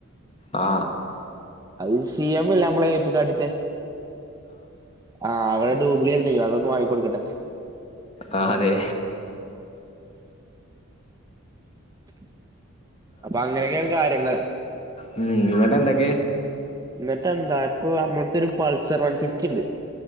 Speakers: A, on the left; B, on the right.
A: ആ
B: അത് സി എം മില്ലേ നമ്മളെ എപ്പികാട്ടിത്തെ ആ <unintelligible> വായികൊടുക്കട്ടെ.
A: ആ അതെ.
B: <unintelligible> അപ്പ അങ്ങനക്കെയാണ് കാര്യങ്ങൾ.
A: മ് ന്നിട്ടെന്തെക്കെ?
B: ന്നിട്ട് എന്താ ഇപ്പൊ അമ്മട്ത്തൊരു പൾസർ വൺ ഫിഫ്റ്റിണ്ട്.